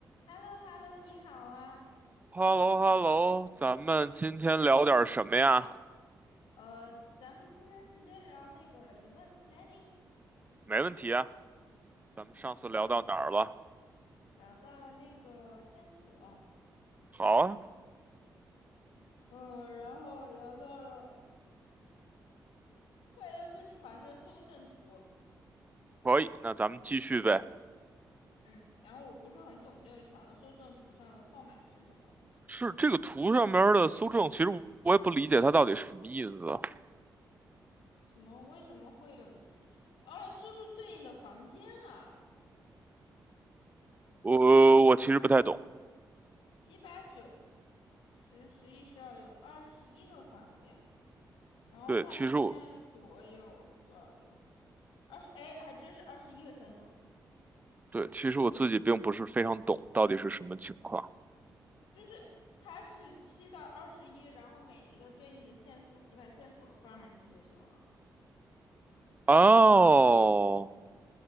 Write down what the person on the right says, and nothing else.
h e l l o h e l l o 咱们今天聊点什么呀？
没问题啊，咱们上次聊到哪儿了？
好啊，
可以，那咱们继续呗。
是这个图上面儿的搜证，其实我也不理解它到底什么意思啊。
我我其实不太懂。
对，其实我
对，其实我自己并不是非常懂到底是什么情况。
哦，